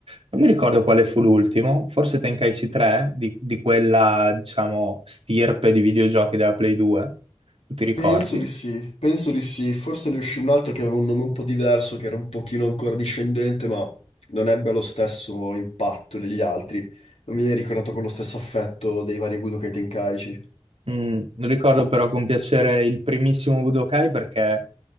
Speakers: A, on the right; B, on the left.
A: Non mi ricordo quale fu l'ultimo, forse Tenkaichi 3 di, di quella, diciamo, stirpe di videogiochi della Play 2. Tu ti ricordi?
B: Penso di sì, penso di sì. Forse ne uscì un altro che aveva un nome un po' diverso, che era un pochino ancora discendente, ma non ebbe lo stesso impatto degli altri. Non viene ricordato con lo stesso affetto dei vari Budokai Tenkaichi.
A: Mm, ricordo però con piacere il primissimo Budokai perché